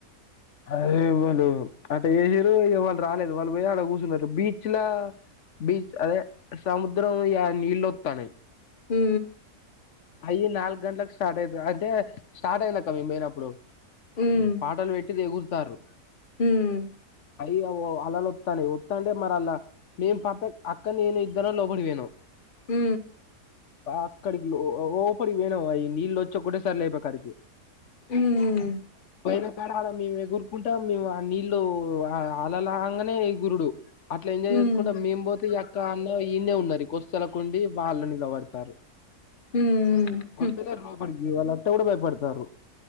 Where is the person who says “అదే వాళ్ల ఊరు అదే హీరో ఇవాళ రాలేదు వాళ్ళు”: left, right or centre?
Left